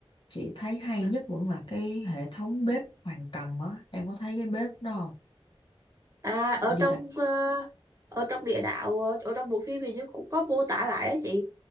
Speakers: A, on the left (about 55°); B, on the right (about 30°).
A: chị thấy hay nhất vẫn là cái hệ thống bếp hoàng cầm á, em có thấy cái bếp đó không?
B: à ở
A: Địa
B: trong
A: đạo
B: ờ, ở trong địa đạo ờ, ở trong bộ phim hình như cũng có mô tả lại đó chị